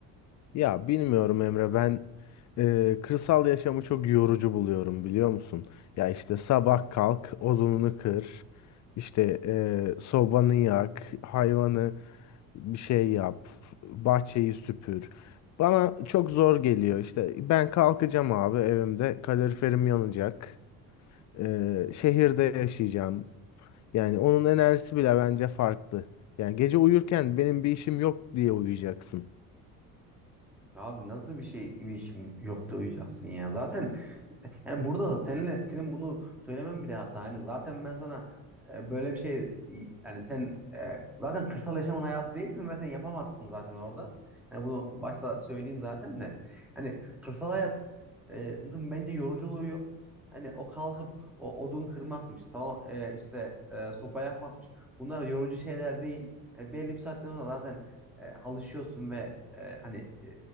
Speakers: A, on the left; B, in the centre.
A: Ya bilmiyorum Emre ben e, kırsal yaşamı çok yorucu buluyorum biliyor musun? Ya işte sabah kalk odununu kır işte e, sobanı yak hayvanı bir şey yap bahçeyi süpür. Bana çok zor geliyor İşte ben kalkacağım abi evimde kaloriferim yanacak E, şehirde yaşayacağım yani onun enerjisi bile bence farklı. Yani gece uyurken benim bir işim yok diye uyuyacaksın.
B: Abi nasıl bir şey bir işim yok da uyuyacaksın ya. Zaten yani burada da seninle senin bunu söylemen bile hata. Yani zaten ben sana e, böyle bir şey yani sen e, zaten kırsal yaşamın hayatı değilsin ve sen yapamazsın zaten orada. Yani bunu başta söyleyeyim zaten de. Hani kırsal hayat e, dın bence yoruculuğu yok. Hani o kalkıp o odun kırmakmış, sal- e, işte e, sopa yakmakmış. Bunlar yorucu şeyler değil. Yani belli bir saatten sonra zaten e, alışıyorsun ve e, hani e,